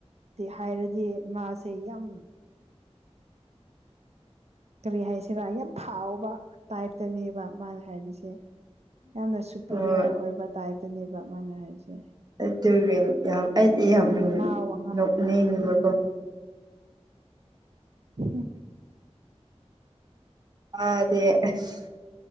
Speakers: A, on the right; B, on the right.
A: ꯍꯥꯏꯔꯗꯤ ꯃꯥꯁꯦ ꯌꯥꯝ ꯀꯔꯤ ꯍꯥꯏꯁꯤꯔꯥ ꯌꯥꯝ ꯊꯥꯎꯕ ꯇꯥꯏꯞꯇꯅꯦꯕ ꯃꯥꯅ ꯍꯥꯏꯔꯤꯁꯦ ꯌꯥꯝꯅ ꯁꯨꯄꯔꯤꯌꯔ
B: ꯍꯣꯏ
A: ꯑꯣꯏꯕ ꯇꯥꯏꯞꯇꯅꯦꯕ ꯑꯃꯅ ꯍꯥꯏꯔꯤꯁꯦ
B: ꯑꯩ ꯑꯩꯗꯤ ꯌꯥꯝ
A: ꯃꯥ ꯋꯥꯉꯥꯡ
B: ꯅꯣꯛꯅꯤꯡꯅꯤꯡꯕꯀꯣ
A: ꯎꯝ ꯍꯝ
B: ꯑꯥꯗꯦ ꯑꯁ